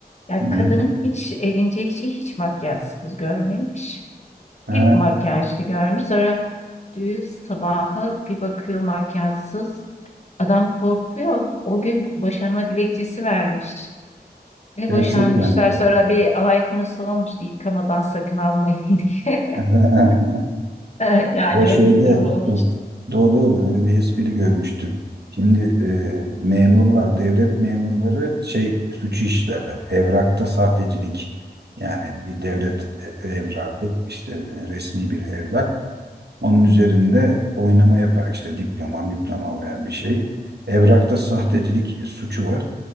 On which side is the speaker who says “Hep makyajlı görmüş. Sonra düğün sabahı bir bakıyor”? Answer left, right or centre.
Left